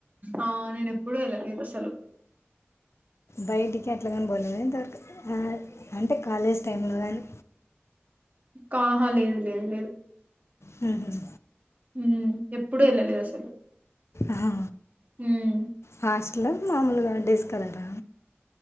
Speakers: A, on the right; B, on the left.
A: ఆ నేను ఎప్పుడూ వెళ్ళలేదు అసలు
B: బయటికి ఎట్లాగాని పోలేదు ఎంతవరకు అంటే కాలేజ్ టైమ్లో కానీ
A: కాహా లేదు లేదు లేదు
B: హుమ్
A: మ్ ఎప్పుడు వెళ్ళలేదు అసలు
B: హా
A: ఉమ్,
B: హాస్టల మామూలుగా డేస్స్కలరా